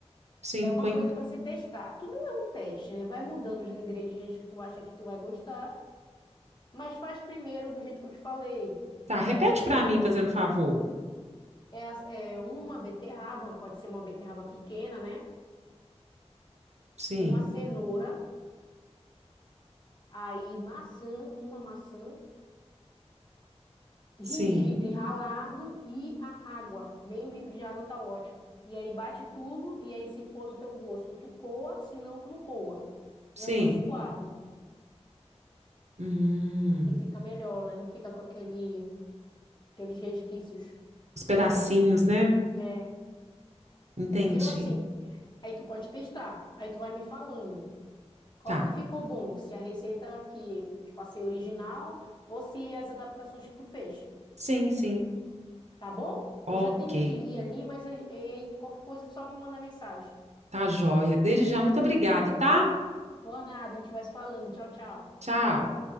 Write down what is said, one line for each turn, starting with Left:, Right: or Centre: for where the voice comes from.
Right: sim.
Left: É
Right: ficou
Left: uma coisa
Right: em-
Left: para se testar. Tudo é um teste, né? Vai mudando os ingredientes que tu acha que tu vai gostar, mas faz primeiro do jeito que eu te falei.
Right: Tá, repete
Left: É, se-
Right: para mim, fazendo favor.
Left: é, as- é uma beterraba, pode ser uma beterraba pequena, né?
Right: Sim,
Left: Uma cenoura, aí maçã, uma maçã. gengibre
Right: sim,
Left: ralado e a água. Meio litro de água tá ótimo. E aí bate tudo, e aí se for do teu gosto, tu coa, se não, tu não coa.
Right: sim.
Left: Eu gosto coado,
Right: Hum,
Left: e fica melhor, né? Não fica com aquele, aqueles resquícios.
Right: os pedacinhos, né?
Left: É,
Right: Entendi.
Left: eu prefiro assim. Aí tu pode testar, aí tu vai me falando qual
Right: Tá.
Left: que ficou bom, se a receita que eu te passei é original ou se as adaptações que tu fez,
Right: Sim, sim.
Left: tá bom?
Right: Ok.
Left: Eu já tenho que ir ali, mas aí aí tu- qualquer coisa só me manda mensagem.
Right: Tá joia. Desde já, muito obrigado, tá?
Left: Boa nada, a gente vai se falando. Tchau, tchau.
Right: Tchau.